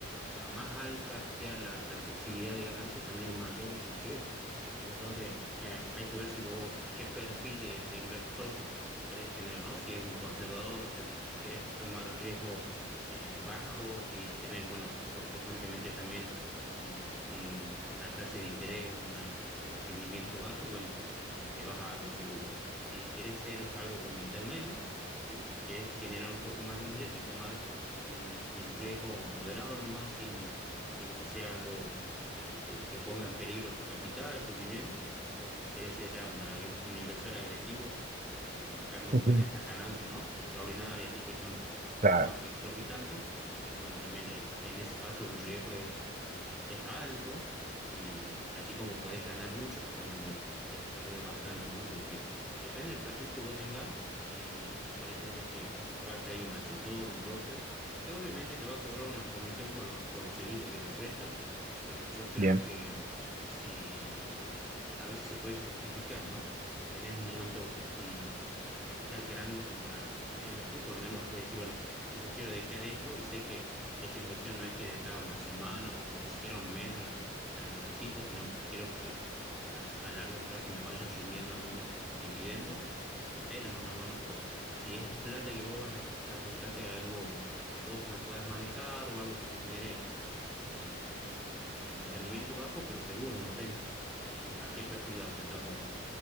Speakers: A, in the centre; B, on the right.
A: a más alta sea la, la posibilidad de ganancia, también mayor es el riesgo. Entonces, eh, hay que ver si vos, qué perfil de, de inversor querés tener, ¿no? Si es un conservador, o sea, si querés tomar riesgos eh, bajos y tener, bueno, consecuentemente también un- un- una tasa de interés, una- un rendimiento bajo, bueno, y te vas a algo seguro. Si querés ser algo como intermedio, ¿sí? que querés generar un poco más de ingreso y tomar un, un riesgo moderado nomás, sin, sin que sea algo eh, que, que ponga en peligro tu capital, tu dinero, o si querés ser ya un un inversor agresivo, eh, buscando,
B: Ujú.
A: bueno, estas ganancias, ¿no? Extraordinarias, así que son sumas
B: Claro,
A: exorbitantes, pero bueno, también en, en ese caso el riesgo es, eh, es alto. Y así como podés ganar mucho, también, bueno, podés perder bastante, ¿no? Así que depende del perfil que vos tengas y por ahí tendrías que buscarte ahí un asesor, un broker que obviamente te va a cobrar una comisión por los, por los servicios que te presta, pero yo creo
B: bien.
A: que mm, si eh, a veces se puede justificar, ¿no? Si tenés un monto, un, un capital grande como para empezar a invertir, por lo menos decir, bueno, si yo quiero dedicar esto y sé que esa inversión no es que de acá a una semana o ni siquiera un mes la, la necesito, sino que quiero que a, a largo plazo me vaya rindiendo algunos dividendos, metele, no, mi hermano, pero si es plata que vos vas a necesitar, buscate algo que vos lo puedas manejar o algo que te genere eh, un, un rendimiento bajo, pero seguro, no sé eh, a qué perfil apuntás vos.